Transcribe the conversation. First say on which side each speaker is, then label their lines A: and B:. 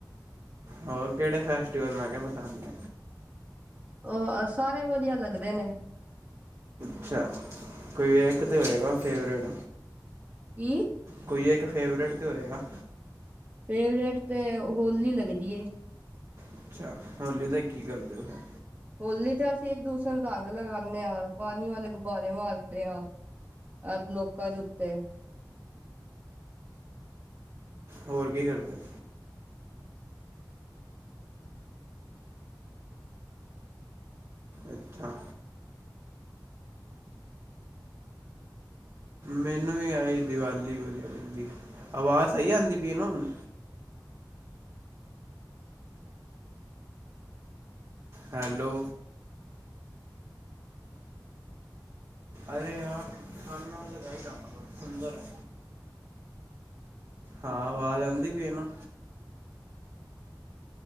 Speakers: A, on the right; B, on the right.
A: ਹੋਰ ਕਿਹੜੇ ਫੈਸਟੀਵਲ ਮੈਂ ਕਿਹਾ ਪਸੰਦ ਨੇ?
B: ਉਹ ਸਾਰੇ ਵਧੀਆ ਲੱਗਦੇ ਨੇ।
A: ਅੱਛਾ। ਕੋਈ ਇਕ ਤਾਂ ਹੋਏਗਾ ਫੇਵਰੇਟ।
B: ਕੀ।
A: ਕੋਈ ਇੱਕ ਫੇਵਰੇਟ ਤੇ ਹੋਏਗਾ।
B: ਫੇਵਰੇਟ ਤੇ ਹੋਲੀ ਲੱਗਦੀ ਹੈ।
A: ਅੱਛਾ ਹੋਲੀ ਤੇ ਕੀ ਕਰਦੇ ਹੋ?
B: ਹੋਲੀ ਤੇ ਅਸੀਂ ਇੱਕ ਦੂਸਰੇ ਨੂੰ ਰੰਗ ਲਗਾਉਂਦੇ ਹਾਂ, ਪਾਣੀ ਵਾਲੇ ਗੁਬਾਰੇ ਮਾਰਦੇ ਹਾਂ। ਅਜ ਲੋਕਾ ਜ ਉੱਤੇ
A: ਹੋਰ ਕੀ ਕਰਦੇ ਹੋ। ਅੱਛਾ। ਮੈਨੂੰ ਵੀ ਆਈ ਦੀਵਾਲੀ ਵਧੀਆ ਲੱਗਦੀ, ਆਵਾਜ਼ ਸਹੀ ਆਉਂਦੀ ਪਈ ਇਹ ਨਾ ਹੁਨ। ਹੈਲੋ, ਅ ਯਾਰ ਕਾਨ ਨਾਲ ਲਗਈ ਰੱਖ ਸੁੰਦਰ ਹੈ। ਹਾਂ, ਆਵਾਜ਼ ਆਉਂਦੀ ਪਇ ਇਹ ਨਾ।